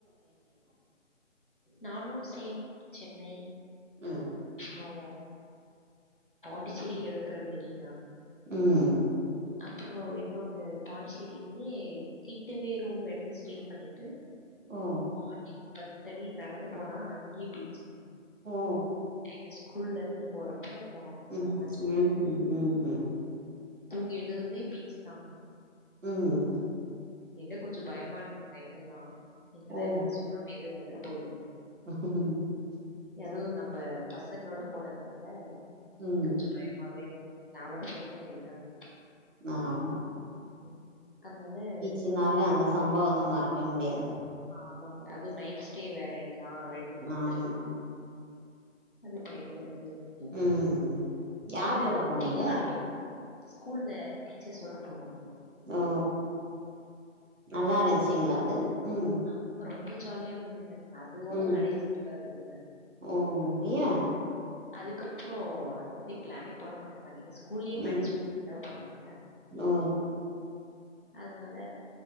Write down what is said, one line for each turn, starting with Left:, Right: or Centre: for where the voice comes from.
Left: நானும் சேம் சென்னை
Right: ம்
Left: ப்ரோ பாண்டிச்சேரியில இருக்கற மெரினா
Right: ம்
Left: ப்ரோ இன்னொன்னு பாண்டிச்சேரியிலயே கிட்டவே ரூம் எடுத்து ஸ்டே பண்ணிட்டு
Right: ஓ
Left: மார்னிங் பத்தடி நடந்து போனா அங்கே பீச்சுங்
Right: ஓ
Left: எங்க ஸ்கூல்ல இந்து போறப்ப போனங்க
Right: ம்
Left: செம ஜாலியா
Right: ம்
Left: இருந்தது
Right: ம் ம் ம்
Left: தூங்கி எழுந்ததுமே பீச் தாங்க
Right: உம்
Left: என்ன கொஞ்சம் பயமா இருந்தது நைட்டு எல்லா எங்கடா
Right: ஓ
Left: எதனா சுனாமி ஏதும் வந்துட போகுது
Right: <unintelligible>
Left: ஏதோ நம்ம பசங்களோட போனதுனால
Right: ம்
Left: கொஞ்சோ பய மாவே <inaudible> நா மட்டு போயிருந்தா எப்டினா <inaudible>
Right: ஆமா
Left: ம் அதனால
Right: இதுனாலவே
Left: கொஞ்சம் பயம்
Right: அந்த சம்பவத்த மறக்கவே முடியாது
Left: ஆமாங்க அதுவு நைட் ஸ்டே வேறைங்ளா ரெண்டு பே
Right: ஆமா
Left: ரெண்டு அது பயந்து பயந்து
Right: ம் யார்
Left: என்னன்னா
Right: கூட போனீங்க
Left: இது நடந்தும் ஸ்கூல்ல டீச்சர்ஸ் ஓட போனோங்கோ
Right: ஆ நல்லா இருஞ்ச்சிங்ளா அது உம்
Left: ஆமா ரொம்ப ஜாலியா இருந்ததுங்க அது ஓட
Right: ம்
Left: கடைசியா <inaudible>
Right: ஓ யா
Left: அதுக்கப்றோ அத பத்தி பிளான்னே போட மாட்டங்க <inaudible> ஸ்கூல்லையே
Right: ம்
Left: மேனேஜ்மென்ட் அலோ பண்ணாங்க
Right: ஓ
Left: அதனால